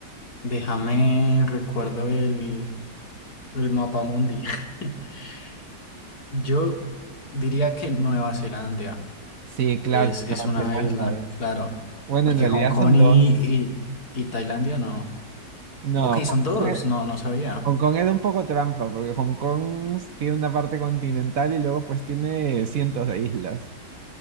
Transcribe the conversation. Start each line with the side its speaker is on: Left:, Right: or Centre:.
Left: Déjame recuerdo el, el mapa mundi. <laughs> Yo diría que Nueva Zelanda.
Right: Sí, claro,
Left: Es, es
Right: Nueva
Left: una
Right: Zelanda
Left: isla,
Right: es.
Left: claro.
Right: Bueno,
Left: Porque
Right: en realidad
Left: Hong Kong
Right: son
Left: y,
Right: dos.
Left: y- y Tailandia no.
Right: No,
Left: Ok,
Right: Hong
Left: son dos,
Right: Kong era
Left: no, no sabía.
Right: Hong Kong era un poco trampa, porque Hong Kong tiene una parte continental y luego pues tiene cientos de islas.